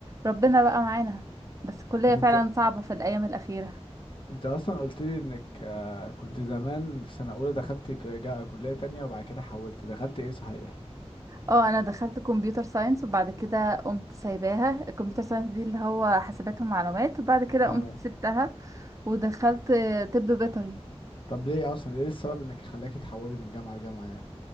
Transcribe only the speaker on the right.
ربنا بقى معانا بس الكليه
فعلا
صعبه في الايام الاخيره
اه انا دخلت كمبيوتر ساينس وبعد كده قمت سايباها الكمبيوتر ساينس دي اللي هو حاسبات ومعلومات وبعد كده
قمت سبتها ودخلت طب بيطري